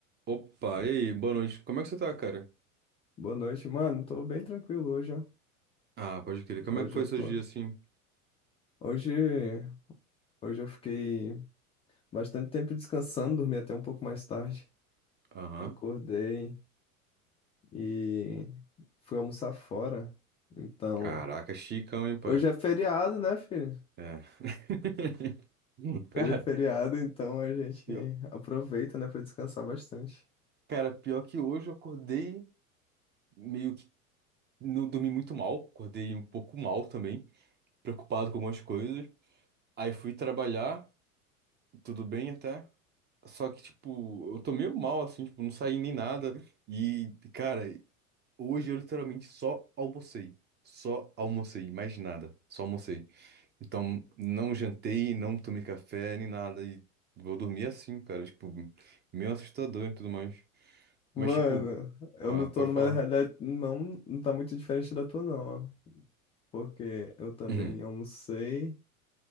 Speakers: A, on the right; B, on the left.
A: Opa, e aí, boa noite. Como é que você tá, cara?
B: Boa noite, mano. Tô bem tranquilo hoje, ó.
A: Ah, pode crer. Como
B: Hoje
A: é que foi
B: eu
A: seu
B: tô.
A: dia assim?
B: Hoje, hoje eu fiquei bastante tempo descansando, dormi até um pouco mais tarde.
A: Aham.
B: Acordei e fui almoçar fora. Então,
A: Caraca, chicão, hein, pai?
B: hoje é feriado, né, filho?
A: É. <laughs> Hum, Cara,
B: Hoje é feriado, então a gente
A: eu-
B: aproveita, né, pra descansar bastante.
A: cara, pior que hoje eu acordei meio que não dormi muito mal, acordei um pouco mal também, preocupado com algumas coisas. Aí fui trabalhar, tudo bem até. Só que, tipo, eu tô meio mal, assim, tipo, não saí nem nada. E, cara, hoje eu literalmente só almocei. Só almocei, mais nada. Só almocei. Então, não jantei, não tomei café, nem nada. E vou dormir assim, cara. Tipo, meio assustador e tudo mais.
B: Mano,
A: Mas, tipo,
B: eu
A: ah,
B: não tô
A: pode
B: numa
A: falar.
B: realidade,
A: <clears throat>
B: não, não tá muito diferente da tua, não, ó. Porque eu também
A: Uhum.
B: almocei.